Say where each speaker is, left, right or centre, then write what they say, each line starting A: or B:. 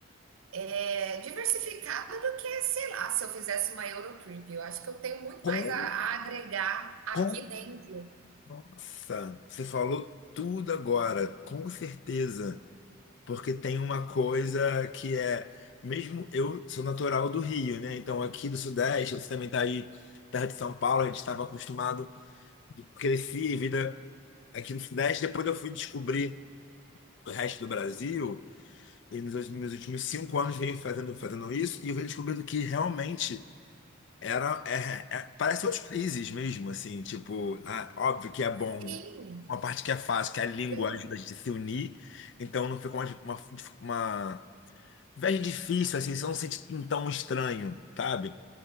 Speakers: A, on the right; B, on the left.
A: é, diversificada do que, sei lá, se eu fizesse uma Eurotrip. Eu acho que eu tenho muito mais
B: Com,
A: a, a agregar aqui
B: com,
A: dentro.
B: nossa, você falou tudo agora, com certeza. Porque tem uma coisa que é, mesmo eu sou natural do Rio, né? Então aqui do Sudeste, você também tá aí, terra de São Paulo, a gente estava acostumado, cresci, vida aqui no Sudeste, depois eu fui descobrir o resto do Brasil, e nos, meus últimos cinco anos venho fazendo, fazendo isso, e eu venho descobrindo que realmente. Era, é, é- parece outros países mesmo, assim, tipo, ah, óbvio que é bom,
A: Sim,
B: uma parte que é fácil, que a língua
A: pelo-
B: ajuda a gente a se unir, então não fica uma, uma, uma viagem difícil, assim, você não se sente tão estranho, sabe?